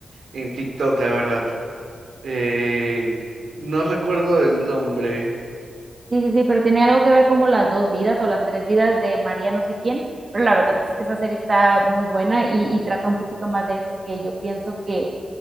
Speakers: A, on the right; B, on the right.
A: en TikTok, la verdad. Eh, no recuerdo el nombre.
B: Sí, sí, sí, pero tiene algo que ver como las dos vidas o las tres vidas de María no sé quién, pero la verdad es que esa serie está muy buena y, y trata un poquito más de eso, que yo pienso que